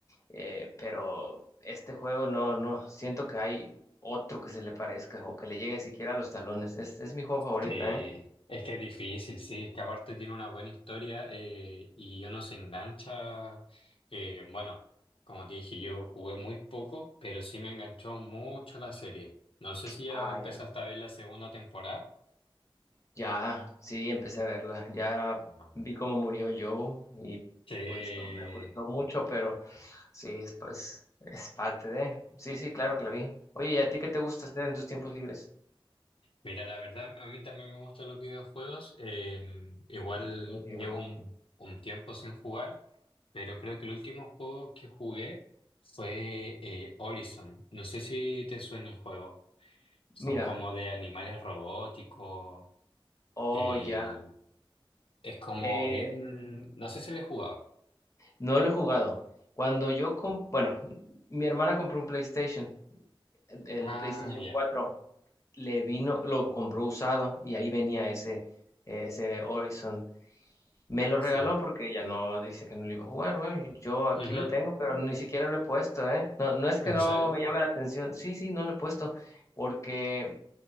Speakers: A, on the left; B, on the left.
A: Eh, pero este juego no, no, siento que hay otro que se le parezca o que le llegue siquiera a los talones. Es, es mi juego favorito,
B: Sí,
A: ¿eh?
B: es que es difícil, sí, es que aparte tiene una buena historia eh, y uno se engancha. eh, bueno, como te dije, yo jugué muy poco, pero sí me enganchó mucho la serie. No sé si ya
A: Ah,
B: empezaste
A: ya.
B: a ver la segunda temporada.
A: Ya, sí, empecé a verla. Ya
B: No.
A: vi cómo murió Joe y
B: Sí.
A: pues no me gustó mucho, pero sí, es, pues es parte de... Sí, sí, claro que la vi. Oye, ¿y a ti qué te gusta hacer en tus tiempos libres?
B: Mira, la verdad, a mí también me gustan los videojuegos. eh, igual
A: Misterio.
B: llevo un, un tiempo sin jugar, pero creo que el último juego que jugué fue eh, Horizon. No sé si te suena el juego. Son
A: Mira,
B: como de animales robóticos.
A: oh,
B: eh,
A: ya.
B: es como
A: Eh,
B: bien... No sé si le he jugado.
A: no lo he jugado. Cuando yo, comp- bueno, mi hermana compró un PlayStation, el
B: Ah,
A: PlayStation
B: ya.
A: 4 le vino, lo compró usado y ahí venía ese, ese Horizon Me lo regaló
B: Sí.
A: porque ya no dice que no lo iba a jugar, güey. Yo aquí
B: Ujú.
A: lo tengo, pero ni siquiera lo he puesto, ¿eh? No, no es que
B: ¿En
A: no
B: serio?
A: me llame la atención. Sí, sí, no lo he puesto. Porque